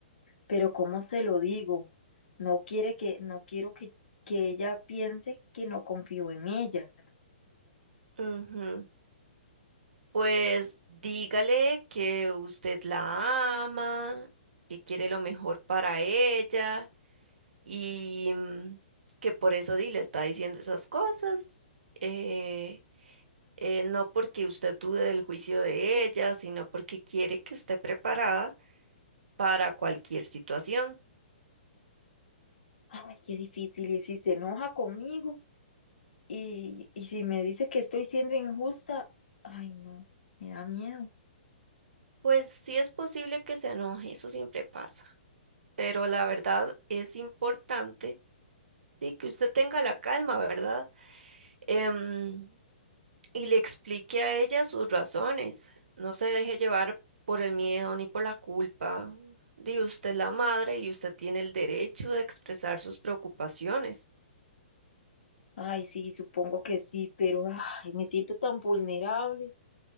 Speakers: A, on the left; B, on the right.
A: pero ¿cómo se lo digo? No quiere que, no quiero que, que ella piense que no confío en ella.
B: Ujú. Pues dígale que usted la ama, que quiere lo mejor para ella y mm, que por eso Di le está diciendo esas cosas. eh, eh, no porque usted dude del juicio de ella, sino porque quiere que esté preparada para cualquier situación.
A: Ay, qué difícil. Y si se enoja conmigo y, y si me dice que estoy siendo injusta, ay, no, me da miedo.
B: Pues sí es posible que se enoje, eso siempre pasa, pero la verdad es importante de que usted tenga la calma, ¿verdad? Em, y le explique a ella sus razones. No se deje llevar por el miedo ni por la culpa. Di usted es la madre y usted tiene el derecho de expresar sus preocupaciones.
A: Ay, sí, supongo que sí, pero ay, me siento tan vulnerable.